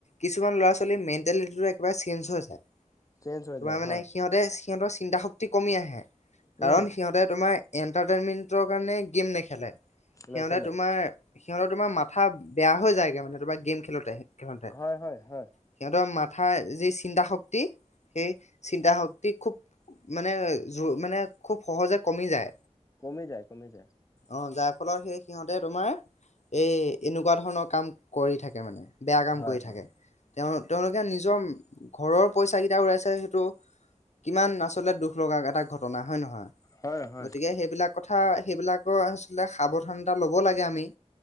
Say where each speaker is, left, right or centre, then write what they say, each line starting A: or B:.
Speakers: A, on the left (about 65°); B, on the left (about 25°).
A: কিছুমান ল'ৰা-ছোৱালীৰ মেন্টেলিটিটো একেবাৰে চেঞ্জ হৈ যায়।
B: চেঞ্জ হৈ
A: তোমাৰ
B: যায়
A: মানে
B: হয়।
A: সিহঁতে সিহঁতৰ চিন্তা শক্তি কমি আহে কাৰণ
B: উম
A: সিহঁতে তোমাৰ এন্টাৰটেইনমেন্টৰ কাৰণে গেম নেখেলে সিহঁতে
B: নেখেলে
A: তোমাৰ সিহঁত তোমাৰ মাথা বেয়া হৈ যায়গে মানে তোমাৰ গেম খেলোঁতে খেলোঁতে
B: হয় হয় হয়
A: সিহঁতৰ মা থা যি চিন্তা শক্তি, সেই চিন্তা শক্ তি খুব মানে জ' মানে খুব সহজে কমি যায়।
B: কমি যায়, কমি যায়।
A: অ', যাৰ ফলত সেই সিহঁতে তোমাৰ এই এনেকুৱা ধৰণৰ কাম কৰি থাকে মানে। বেয়া কাম
B: হয়
A: কৰি
B: হয়
A: থাকে, তেওঁ তেওঁলোকে নিজৰ ঘৰৰ পইচাকেইটা ওলাইছে সেইটো কিমান আচলতে দুখ লগা এটা ঘটনা হয নে নহয়।
B: হয় হয়
A: গতিকে সেইবিলাক কথা সেইবিলাকৰ আচলতে সাৱধানতা ল'ব লাগে আমি।